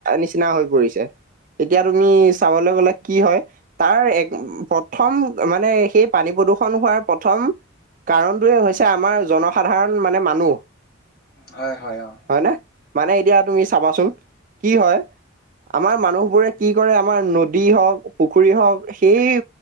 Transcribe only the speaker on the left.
হয় হয় অ'